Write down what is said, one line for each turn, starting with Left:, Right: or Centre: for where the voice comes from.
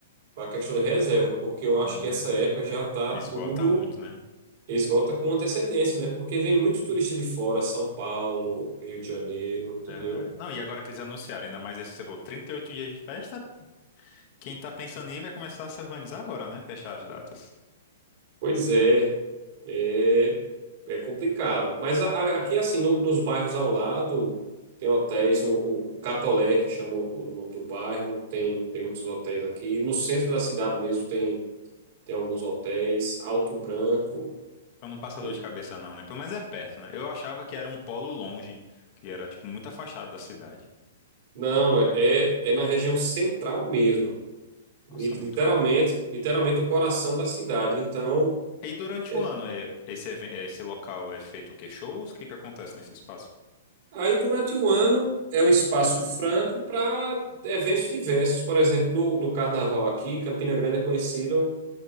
Right: para a questão de reserva, porque eu acho
Left: Hum,
Right: que essa época já tá
Left: esgota
Right: tudo
Left: muito, né?
Right: esgota com antecedência, né? Porque vem muito
Left: Hum,
Right: turista de fora, São Paulo, Rio de Janeiro, entendeu?
Left: verdade. Não, e agora que eles anunciaram, ainda mais esse que você falou, 38 dias de festa, quem tá pensando em ir vai começar a se organizar agora, né? Fechar as datas.
Right: Pois é, é, é complicado. Mas a- a- aqui, assim, no- nos bairros ao lado, tem hotéis, o, o Catolé, que chama o nome do bairro, tem, tem muitos hotéis aqui. No centro da cidade mesmo tem, tem alguns hotéis, Alto Branco.
Left: Então não passa
Right: E-
Left: dor de cabeça não, né? Pelo menos é perto, né? Eu achava que era um polo longe, que era tipo muito afastado da cidade.
Right: não, é, é, é na região central mesmo. Li-
Left: Nossa,
Right: Literalmente,
Left: muito bom.
Right: literalmente o coração da cidade. Então.
Left: E durante
Right: é,
Left: o ano, é, esse, even- esse local é feito o quê? Shows? O que que acontece nesse espaço?
Right: Aí, durante o ano, é um espaço franco para eventos diversos. Por exemplo, no, no carnaval aqui, Campina Grande é conhecido